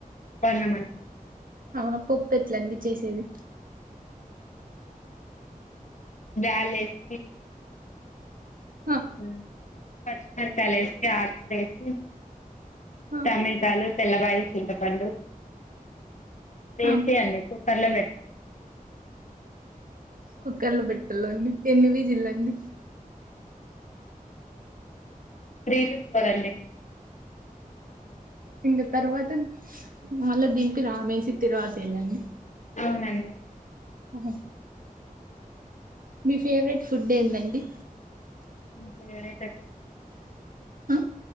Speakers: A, on the left; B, on the right.
A: పర్లమ
B: అవునా పప్పు ఎట్లండి చేసేది
A: బ్యాలస్
B: ఆ
A: హ పచ్చిమిరసాల వేసి ఆకులు వేసి
B: ఆ
A: టమెటాలు తెల్ల బాయి చిన్న పడు వేసే
B: ఆ
A: అండి కుక్కర్లో పెట్టేస్తాను
B: కుక్కర్లు పెట్టాలండి ఎన్నివి జిల్లా అండి
A: త్రి టు ఫోర్ అండి
B: ఇంకా తర్వాత మళ్ళా దదింపి రామేసి తరువాత వెళ్ళండి
A: అవునండి
B: అఓ మీ ఫేవరెట్ ఫుడ్ ఏందండి
A: సరే
B: ఆ